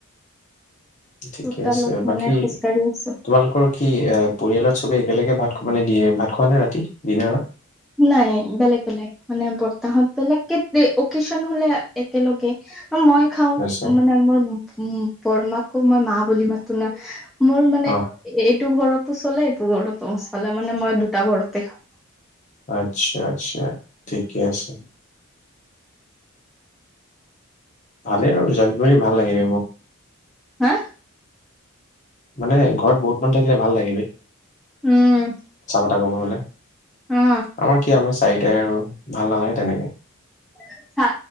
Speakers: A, on the left; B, in the centre.
A: ঠিকে
B: চোতালত
A: আছে
B: মানে
A: বাকী
B: খোজকাঢ়ি আছো
A: তোমালোকৰ কি এ পৰিয়ালত চবে একেলগে ভাত মানে দিয়ে ভাত খোৱা নে ৰাতি ডিনাৰত।
B: নাই বেলেগ বেলেগ মানে বৰ্তা হত বেলেগ কে অকচন হলে একেলগে। মই খাও
A: আচ্ছা
B: মানে মোৰ বৰমাকো মই মা বুলি মাতো না। মোৰ মানে
A: অ
B: এ এট এইটো ঘৰতো চলে এইটো ঘৰতো চলে মানে মই দুটা ঘৰতে খাওঁ।
A: আচ্ছা আচ্ছা ঠিকে আছে। ভালেই আৰু জইল বুলি ভাল লাগে মোক।
B: হা
A: মানে ঘৰত বহুত মানুহ থাকিলে ভাল লাগে বে।
B: উম।
A: তা ক'ব গ'লে
B: অ
A: আমাৰ কি আমাৰ চাৰিটাই আৰু ভাল নালাগে তেনেকে।
B: <inaudible> চা